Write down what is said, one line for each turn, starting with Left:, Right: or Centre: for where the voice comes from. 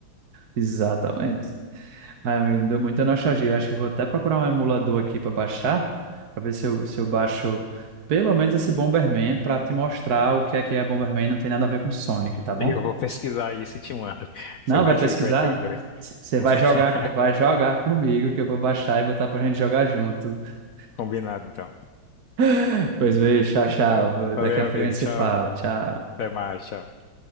Right: Exatamente. Ah, me deu muita nostalgia. Eu acho que eu vou até procurar um emulador aqui pra baixar, pra ver se eu, se eu baixo pelo menos esse Bomberman pra te mostrar o que é que é Bomberman e não tem nada a ver com Sonic, tá bom?
Left: Eu vou pesquisar isso e te mando.
Right: Não,
Left: Você vai
Right: vai pesquisar,
Left: ver que vai ter
Right: não.
Left: os dois. <laughs>
Right: Você vai jogar, vai jogar comigo, que eu vou baixar e botar pra gente jogar junto. <gasps>
Left: Combinado, então.
Right: <laughs> Pois beijo, tchau, tchau.
Left: Ah,
Right: Daqui
Left: Valeu,
Right: a pouco
Left: amigo.
Right: a gente
Left: Tchau.
Right: se fala. Tchau.
Left: Até mais. Tchau.